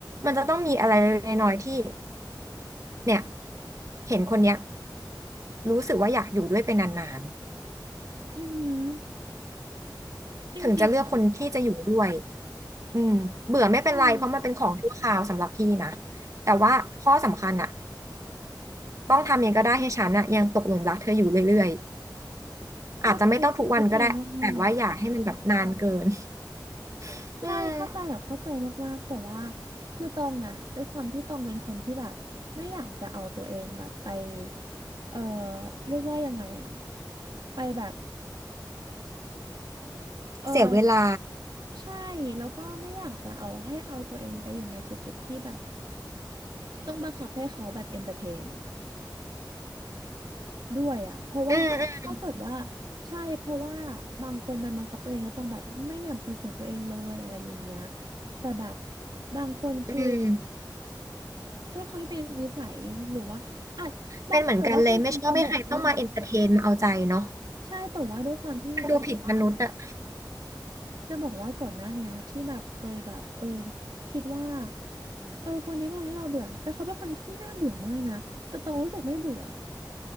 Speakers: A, on the right; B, on the right.
A: มันจะต้องมีอะไรเล็กๆน้อยๆที่เนี่ยเห็นคนเนี้ยรู้สึกว่าอยากอยู่ด้วยเป็นนาน
B: อือหือจริงๆอ่ะ
A: ถึงจะเลือกคนที่จะอยู่ด้วยอืมเบื่อไม่เป็นไรเพราะมันเป็นของชั่วคราวสำหรับพี่นะ
B: เออ
A: แต่ว่าข้อสำคัญอะต้องทำยังไงก็ได้ให้ฉันอะยังตกหลุมรักเธออยู่เรื่อยๆอาจจะไม่ต้องทุกวันก็ได้แต่ว่าอย่าให้มันแบบนานเกิน
B: เข้าใจเข้าใจมากๆใช่เข้าใจแบบเข้าใจมากๆแต่ว่า
A: <laughs> อืม
B: คือตองอ่ะด้วยความที่ตองเป็นคนที่แบบไม่อยากจะเอาตัวเองแบบไป เออเรียกว่ายังไงอ่ะไปแบบ เออ
A: เสียเวลา
B: ใช่แล้วก็ไม่อยากจะเอาให้เอาตัวเองไปอยู่ในจุดๆที่แบบต้องบังคับให้เขาแบบเอนเตอร์เทนอ่ะ ด้วยอ่ะ เพราะว่าถ้าเกิดว่า
A: อืมอืม
B: ใช่เพราะว่าบางคนมันบังคับตัวเองก็ต้องแบบไม่อยากเปิดเผยตัวเองเลยอะไรอย่างเงี้ยแต่แบบบางคนคือ
A: อืม
B: ด้วยความที่เป็นนิสัยหรือว่าอาจบางแต่ว่าจริงๆจะบอกว่า
A: เป็นเหมือนกันเลยไม่ชอบให้ใครต้องมาเอนเตอร์เทนมาเอาใจเนาะ
B: ใช่แต่ว่าด้วยความที่จะบอกว่า
A: มันดูผิดมนุษย์อะ
B: จะบอกว่าก่อนหน้าเนี้ยที่แบบเคยแบบเออคิดว่าเออคนนี้ไม่ทำให้เราเบื่อแต่เขาเป็นคนที่น่าเบื่อมากนะแต่ตองรู้สึกไม่เบื่อ